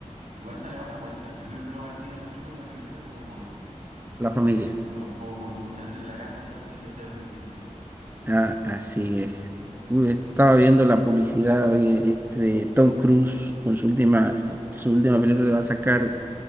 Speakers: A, on the right; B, on the right.
A: igual sale más a cuenta. Yo creo que uno va al cine más que por la película, como por,
B: La
A: por
B: familia.
A: tradición, ¿no? Como por, por salir de la casa un rato y hacer algo distinto.
B: Ah, así es. Uy, estaba viendo la publicidad hoy, este Tom Cruise con su última, su última película que va a sacar